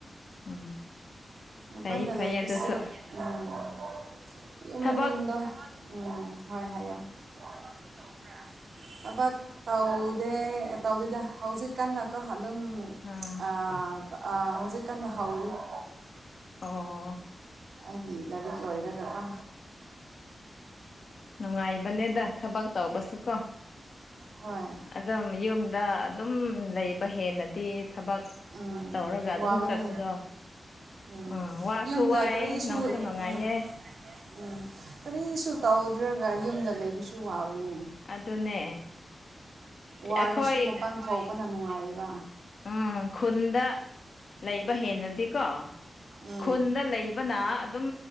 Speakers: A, on the left; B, on the right.
A: ꯎꯝ
B: ꯃꯄꯥꯟꯗ
A: ꯐꯩꯌꯤ ꯐꯩꯌꯦ
B: ꯂꯩꯕꯁꯨ
A: ꯑꯗꯨꯁꯨ
B: ꯎꯝ ꯌꯨꯝꯗꯣ
A: ꯊꯕꯛ
B: ꯎꯝ ꯍꯣꯏ ꯍꯥꯏꯌꯣ ꯊꯕꯛꯁꯨ ꯫ ꯇꯧꯕꯔ꯭ꯥ ꯊꯕꯛ ꯇꯧꯗꯦ ꯇꯧꯗꯦꯗ ꯍꯧꯖꯤꯛꯀꯟꯅꯀꯣ ꯑꯗꯨꯝ ꯫
A: ꯑꯥ
B: ꯑꯥ ꯑꯥ ꯍꯧꯖꯤꯛ ꯀꯟꯅ ꯍꯧꯔꯤ ꯫
A: ꯑꯣ
B: ꯑꯩꯒꯤ ꯂꯥꯔꯤꯛ ꯂꯣꯏꯔꯒꯀꯣ꯫
A: ꯅꯨꯡꯉꯥꯏꯕꯅꯦꯗꯥ ꯊꯕꯛ ꯇꯧꯕꯁꯨ ꯀꯣ ꯫
B: ꯍꯣꯏ
A: ꯑꯗꯨꯝ ꯌꯨꯝꯗ ꯫ ꯗꯨꯝ ꯂꯩꯕ ꯍꯦꯟꯅꯗꯤ ꯊꯕꯛ
B: ꯎꯝ
A: ꯇꯧꯔꯒ ꯑꯗꯨꯝ
B: ꯋꯥꯕꯅꯤ
A: ꯆꯠꯄꯗꯣ ꯫
B: ꯎꯝ
A: ꯑ ꯋꯥꯁꯨ
B: ꯌꯨꯝꯗ
A: ꯋꯥꯏꯌꯦ
B: ꯀꯔꯤꯁꯨ
A: ꯅꯨꯡꯁꯨ ꯅꯨꯡꯉꯥꯏꯌꯦ
B: ꯎꯝ
A: ꯫
B: ꯎꯝ ꯀꯔꯤꯁꯨ ꯇꯧꯗ꯭ꯔꯒ ꯌꯨꯝꯗ ꯂꯩꯕꯁꯨ ꯋꯥꯕꯅꯦ
A: ꯑꯗꯨꯅꯦ ꯑꯩꯈꯣꯏ
B: ꯋꯥꯔꯁꯨ ꯃꯄꯥꯟ ꯊꯣꯛꯄꯅ ꯅꯨꯡꯉꯥꯏꯌꯦꯕ
A: ꯎꯝ ꯈꯨꯟꯗ ꯂꯩꯕ ꯍꯦꯟꯅꯗꯤꯀꯣ
B: ꯎꯝ
A: ꯈꯨꯟꯗ ꯂꯩ ꯕꯅꯥ ꯑꯗꯨꯝ